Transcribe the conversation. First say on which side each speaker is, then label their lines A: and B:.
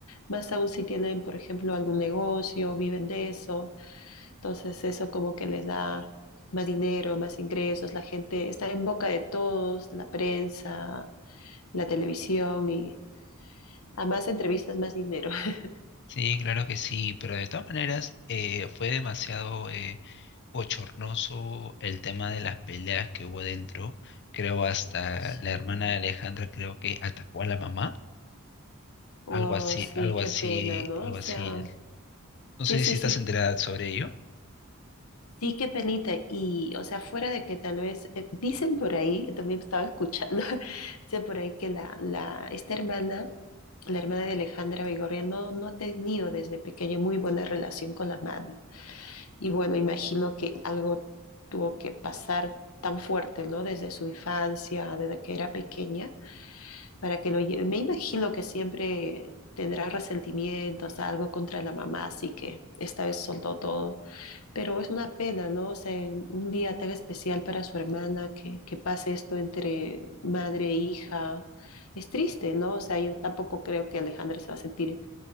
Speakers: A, on the left (about 80°); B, on the left (about 55°).
A: más aún si tienen, por ejemplo, algún negocio, viven de eso, entonces eso como que les da más dinero, más ingresos, la gente está en boca de todos, la prensa, la televisión y a más entrevistas, más dinero. <laughs>
B: Sí, claro que sí, pero de todas maneras eh, fue demasiado eh, bochornoso el tema de las peleas que hubo dentro. Creo hasta
A: Sí.
B: la hermana de Alejandra creo que atacó a la mamá,
A: Oh,
B: algo así,
A: sí,
B: algo
A: qué
B: así,
A: pena, ¿no?
B: algo
A: O sea...
B: así. No sé
A: Sí, sí,
B: si
A: sí,
B: estás enterada sobre ello.
A: Sí, qué penita. Y, o sea, fuera de que tal vez, eh, dicen por ahí, yo también estaba escuchando, <laughs> dicen por ahí que la, la, esta hermana, la hermana de Alejandra Vigorria, no, no ha tenido desde pequeña muy buena relación con la madre. Y bueno, imagino que algo tuvo que pasar tan fuerte, ¿no? Desde su infancia, desde que era pequeña, para que lo lleve. Me imagino que siempre tendrá resentimientos, algo contra la mamá, así que esta vez soltó todo. Pero es una pena, ¿no? O sea, en un día tan especial para su hermana que, que pase esto entre madre e hija. Es triste, ¿no? O sea, yo tampoco creo que Alejandra se va a sentir